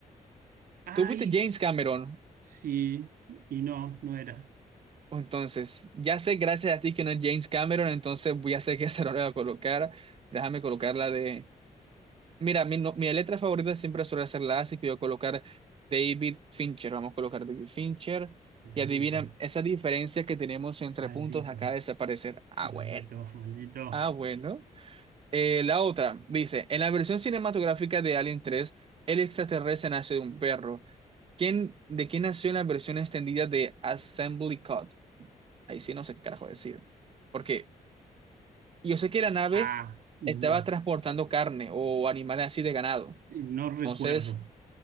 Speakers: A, on the right; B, on the right.
A: Ay,
B: ¿Tú viste James
A: x-
B: Cameron?
A: sí, y no, no era.
B: Entonces, ya sé, gracias a ti que no es James Cameron, entonces voy a sé qué <laughs> se lo voy a colocar. Déjame colocar la de. Mira, mi, no- mi letra favorita siempre suele ser la A, así que voy a colocar David Fincher. Vamos a colocar David Fincher.
A: Maldito,
B: Y adivina, esa diferencia que tenemos entre
A: maldito,
B: puntos acaba de desaparecer. Ah,
A: maldito,
B: bueno.
A: maldito.
B: Ah, bueno. Eh, la otra dice: En la versión cinematográfica de Alien 3 el extraterrestre nace de un perro. ¿Quién, de quién nació en la versión extendida de Assembly Cut? Ahí sí no sé qué carajo decir. Porque yo sé que la nave
A: Ah, no,
B: estaba transportando carne o animales así de ganado.
A: no recuerdo.
B: Entonces,